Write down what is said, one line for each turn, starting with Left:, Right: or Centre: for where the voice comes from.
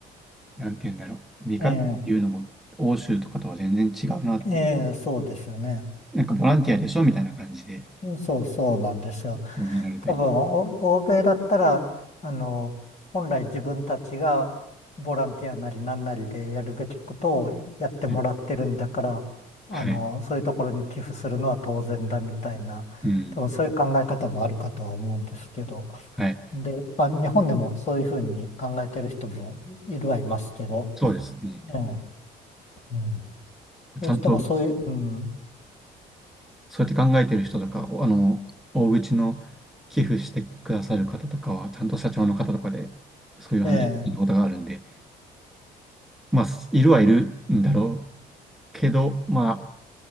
Centre: なんて言うんだろう、見方っていうのも欧州とかとは全然違うなっていう、
Left: ええええそうですよね。
Centre: なんかボランティアでしょみたいな感じで
Left: うんそうそうなんですよ。
Centre: もう見られたり。
Left: 多分、お欧米だったら、あの、本来自分たちがボランティアなりなんなりでやるべきことをやってもらってるんだから、
Centre: はい。
Left: あの、
Centre: はい。
Left: そういうところに寄付するのは当然だみたいな、
Centre: うん。
Left: 多分そういう考え方もあるかとは思うんですけど。
Centre: はい。
Left: で、まあ、日本でもそういうふうに考えてる人もいるはいますけど、
Centre: そうですね。
Left: ええ、うん、どうしてもそういう、
Centre: ちゃんと
Left: うん、
Centre: そうやって考えてる人とか、おあの、大口の寄付してくださる方とかは、ちゃんと社長の方とかで、そういう話を聞いたことがあるんで、
Left: ええ、
Centre: まあ、すいるはいるんだろうけど、まあ、